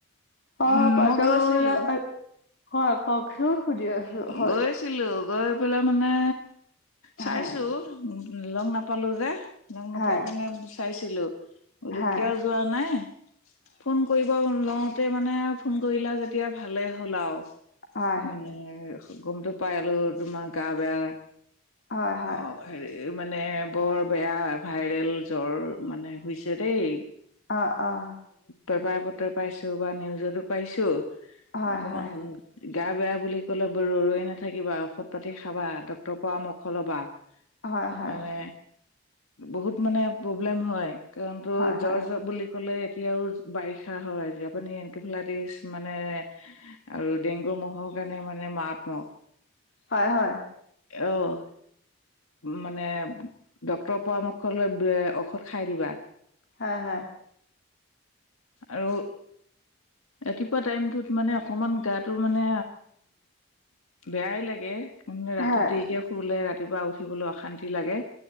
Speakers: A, on the left; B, on the left.
A: অ'
B: উম
A: পাটভ্ৰমণত
B: মই গৈছিলো
A: হয় কওকচোন শুনি আছো হয়।
B: গৈছিলো গৈ পেলাই মানে চাইছো
A: হয়
B: লগ নাপালো যে। নোক নোপোৱাৰ
A: হয়
B: কাৰণে চাইছিলো। বুলো
A: হয়
B: কিয় যোৱা নাই, ফোন কৰিব লওঁ তে মানে ফোন কৰিলা যেতিয়া ভালে হ'ল আৰু,
A: হয় হয়
B: মানে গমটো পাইলো তোমাৰ গা বেয়া
A: হয় হয়
B: অ' হেৰি এই মানে বৰ বেয়া ভাইৰেল জ্বৰ মানে হৈছে দেই।
A: অ', অ'।
B: পেপাৰ পত্রই পাইছো বা নিউজটো পাইছো,
A: হয়
B: অকমান
A: হয়
B: গা বেয়া বুলি ক'লে ৰৈ, ৰৈ নাথাকিবা ঔষধ পাতি খাবা ডক্তৰ পৰামৰ্শ ল'বা।
A: হয়, হয়।
B: মানে বহুত মানে প্ৰব্লেম হয় কাৰণ তো
A: হয়
B: জ্বৰ,
A: হয়
B: জ্বৰ বুলি কলে এতিয়াও বাৰিষা হয় আপুনি এনকেফেলাইটিচ মানে আৰু ডেংগু মহ'ৰ কাৰণে মানে মাতাত্মক,
A: হয় হয়
B: অ'। মানে ডক্তৰৰ পৰামৰ্শ লৈ ঔষধ খাই দিবা।
A: হয়, হয়।
B: আৰু ৰাতিপুৱা টাইমতত মানে অকমান গাটো মানে বেয়াই লাগে। ে ৰাতি
A: হয়
B: দেৰিকে শলে ৰাতিপুৱা উঠিবলৈ অশান্তি লাগে